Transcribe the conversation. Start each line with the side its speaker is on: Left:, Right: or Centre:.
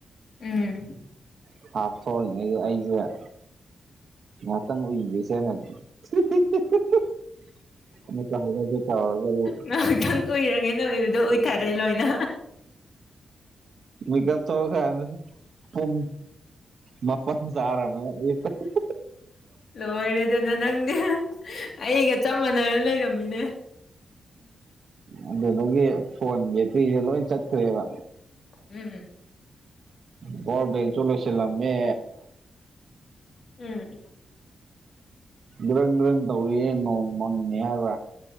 Left: ꯎꯝ
Right: <unintelligible> ꯉꯍꯥꯛꯇꯪ ꯎꯏꯁꯦꯅꯗꯤ <unintelligible>
Left: ꯉꯥꯏꯍꯥꯛꯇꯪ ꯎꯏꯔꯒꯦꯅ ꯑꯣꯏꯕꯗꯣ ꯎꯏꯊꯔꯦ ꯂꯣꯏꯅ
Right: ꯃꯀꯞ ꯊꯣꯛꯔꯛꯀꯥꯟꯗ ꯄꯨꯡ ꯃꯥꯄꯟ <unintelligible>
Left: ꯂꯣꯏꯔꯦꯗꯅ ꯅꯪꯗꯤ ꯑꯩꯒ ꯆꯞ ꯃꯥꯟꯅꯅ ꯂꯩꯔꯝꯃꯤꯅꯦ
Right: ꯎꯝ ꯑꯗꯨꯗꯒꯤ ꯐꯣꯟꯒꯤꯄꯤꯁꯦ ꯂꯣꯏ ꯆꯠꯈ꯭ꯔꯦꯕ
Left: ꯎꯝꯝ
Right: ꯄꯋꯔ ꯕꯦꯡꯁꯨ ꯂꯣꯏꯁꯜꯂꯝꯃꯦ
Left: ꯎꯝ
Right: ꯒ꯭ꯔꯟ ꯒ꯭ꯔꯟ ꯇꯧꯏꯦ ꯅꯣꯡ ꯃꯪꯅꯤ ꯍꯥꯏꯕ